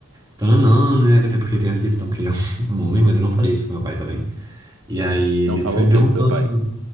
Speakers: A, on the right; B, on the right.
A: Então, não, não, né? Até porque tem a questão que ele é um <laughs> um homem, mas eu não falei isso pro meu pai também. E aí ele
B: Não falou
A: foi me
B: o quê
A: perguntando,
B: pro seu pai?